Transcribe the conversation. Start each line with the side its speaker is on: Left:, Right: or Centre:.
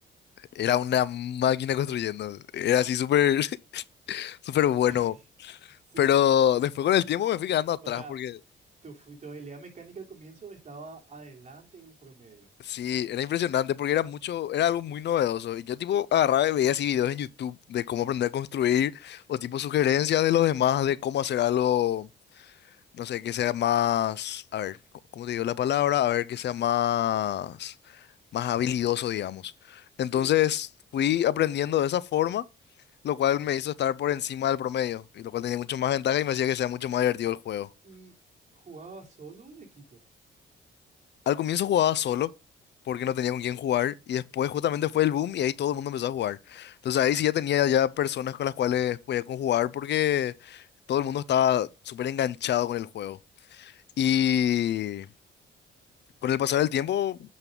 Left: era una máquina construyendo. Era así súper, <laughs> súper bueno.
Right: <laughs> Sí,
Left: Pero después con el tiempo me fui quedando atrás
Right: o sea,
Left: porque
Right: tu, fu- tu habilidad mecánica al comienzo estaba adelante del promedio.
Left: sí, era impresionante porque era mucho, era algo muy novedoso. Y yo tipo agarraba y veía así videos en YouTube de cómo aprender a construir o tipo sugerencias de los demás de cómo hacer algo No sé, que sea más, a ver, co- ¿cómo te digo la palabra? A ver, que sea más, más habilidoso, digamos. Entonces
Right: Sí,
Left: fui aprendiendo de esa forma, lo cual me hizo estar por encima del promedio, y lo cual tenía mucho más ventaja y me hacía que sea mucho más divertido el juego.
Right: y jugaba solo un equipo.
Left: Al comienzo jugaba solo, porque no tenía con quién jugar, y después justamente fue el boom y ahí todo el mundo empezó a jugar. Entonces ahí sí ya tenía ya personas con las cuales podía conjugar porque todo el mundo estaba súper enganchado con el juego. Y... Con el pasar del tiempo,